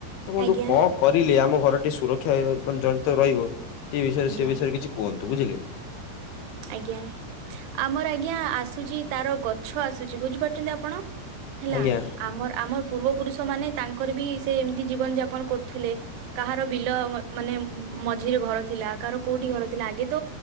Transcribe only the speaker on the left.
ତ ବନ୍ଧୁ
ଙ୍କ କରିଲେ ଆମଘରଟି ସୁରକ୍ଷା ଏ ଜନ୍ତ ରହିବ କି ବିଷୟରେ
ସେ ବିଷୟରେ କିଛି କୁହନ୍ତୁ ବୁଝିଲେ?
ଆଜ୍ଞା